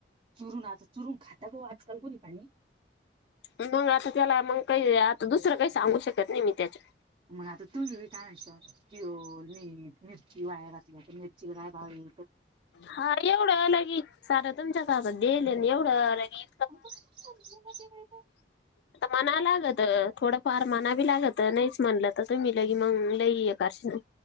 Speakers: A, on the right; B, on the left.
A: चरु ना, आचा चरुंग खातात ख आजकाल कोणी पणी.
B: मग आता त्याला मग काही आता दुसरं काही सांगू शकत नाही मी त्याच्या.
A: मग आता तू काायचं, किओल मीठ मिरची वाया घातलीता मिरची गय भावी.
B: हा एवढं अलगी, सारं तुमच्या काातल आणि एवढं अलगी.
A: आणण सज ते मा
B: <inaudible> आता मना लागत, थोडंफार मना भी लागत नाहीच म्हणलं तर तुम्ही लगी मग लई ये कारशन.